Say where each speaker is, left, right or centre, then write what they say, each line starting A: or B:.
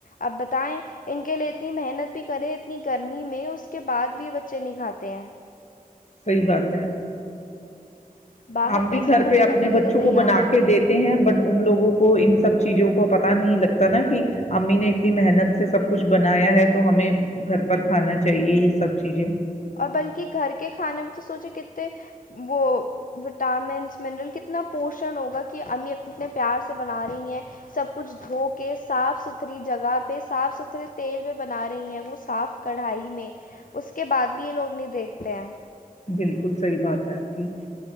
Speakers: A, on the left; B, on the left.
A: اب بتائیں ان کے لیے اتنی محنت بھی کریں اتنی گرمی میں اس کے بعد بھی بچے نہیں کھاتے ہیں
B: صحی بات ہے
A: باہر
B: ہم
A: پیسہ
B: بھی گھر
A: خرچ
B: پہ اپنے
A: کرنے کے
B: بچوں
A: لیے تیار
B: کو بنا
A: ہیں
B: کے دیتے ہیں بٹ ان لوگوں کو ان سب چیزوں کو پتا نہیں لگتا نا کہ امی نے اتنی محنت سے سب کچھ بنایا ہے تو ہمیں گھر پر کھانا چاہیے یہ سب چیزیں
A: اور بلکہ گھر کے کھانے میں تو سوچے کتتے وہ وٹامنس منرل کتنا پوشن ہوگا کہ امی اپنے پیار سے بنا رہی ہیں سب کچھ دھو کے صاف ستھری جگہ پہ صاف ستھھرے تیل پہ بنا رہی ہیں وہ صاف کڑھائی میں اس کے بعد بھی لوگ نہیں دیکھتے ہیں
B: بالکل صحی بات ہے آپ کی